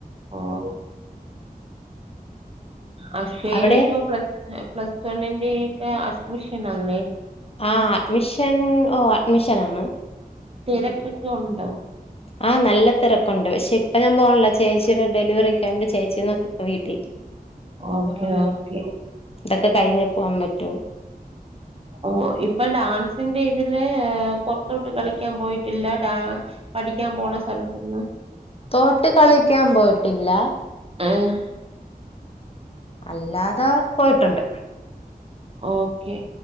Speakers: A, on the right; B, on the left.
A: ഓ അക്ഷയില്
B: അവിടെ
A: ഇപ്പൊ പ്ലസ് പ്ലസ് വണ്ണിന്റെയും ക്ക അഡ്മിഷൻ അല്ലേ
B: ആ അഡ്മിഷൻ ഓ അഡ്മിഷൻ ആണ്
A: തിരക്കൊക്കെ ഉണ്ടൊ
B: ആഹ് നല്ല തിരക്കുണ്ട് പക്ഷെ ഇപ്പ ഞാൻ പോണില്ല ചേച്ചിയുടെ ഡെലിവറി ഒക്കെണ്ട് ചേച്ചിന്ന്നോക്കി വീട്ടീ
A: ഓക്കെ ഓക്കെ
B: ഇതൊക്കെ കഴിഞ്ഞേ പോകാൻ പറ്റുള്ളൂ
A: ഓ ഇപ്പൊ ഡാൻസിന്റെ ഇതില് പൊറത്തോട്ട് കളിക്കാൻ പോയിട്ടില്ല ഡ പഠിക്കാൻ പോവണ സ്ഥലത്തിന്ന്
B: പുറത്തോട്ട് കളിക്കാൻ പോയിട്ടില്ല
A: ഏഹ്
B: അല്ലാതെ പോയിട്ടുണ്ട്.
A: ഓക്കെ